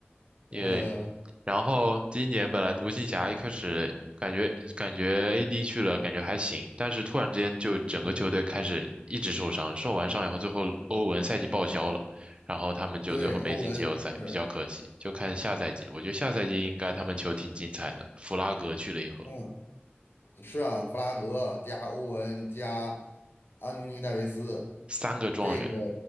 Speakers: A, on the left; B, on the right.
A: 呃，
B: 因为然后今年本来独行侠一开始感觉感觉 AD 去了，感觉还行，但是突然之间就整个球队开始一直受伤，
A: 嗯，
B: 受完伤以后，最后欧文赛季报销了，然后他们就最后没进季后赛，
A: 对，欧文是，
B: 比较可惜。就看下赛季，我觉得下赛季应该他们球挺精彩的。弗拉格去了以后，
A: 嗯，是啊，弗拉格加欧文加安东尼戴维斯，
B: 三个状元，
A: 这个